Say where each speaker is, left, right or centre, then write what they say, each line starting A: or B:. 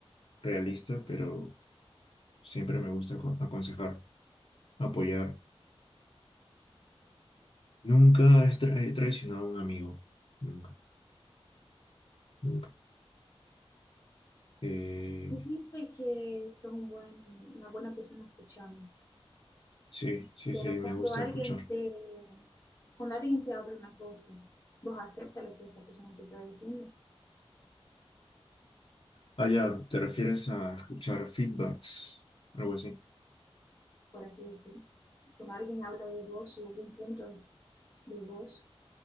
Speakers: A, on the left (about 60°); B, on the left (about 35°).
A: realista, pero Siempre me gusta aco- aconsejar, apoyar. Nunca he tra- he traicionado a un amigo. Nunca, nunca. Eh,
B: Dijiste que son un buen, una buena persona escuchando,
A: sí, sí,
B: pero
A: sí, me
B: cuando
A: gusta
B: alguien
A: escuchar.
B: te, cuando alguien te habla una cosa, vos aceptas lo que esta persona te está diciendo,
A: Ah, ya, te refieres a escuchar feedbacks, algo así.
B: por así decirlo. Cuando alguien habla de vos y hubo un punto de vos,